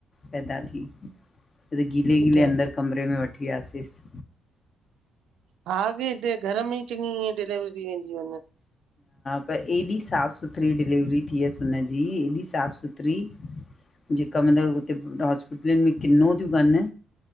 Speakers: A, on the left; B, on the right.
A: पैदा थी गीले
B: ॿुधाए
A: गीले अंदर कमरे में वठी वियासेस
B: हा अॻे हिते घर में ई चङियी ईअ डिलेवरी वेंदियूं हनि।
A: पर एॾी साफ़ सुथरी डिलेवरी थियसि हुनजी एॾी साफ़ सुथरी जेका मतलबु हुते हॉस्पिटलुनि में किनो थियूं कनि,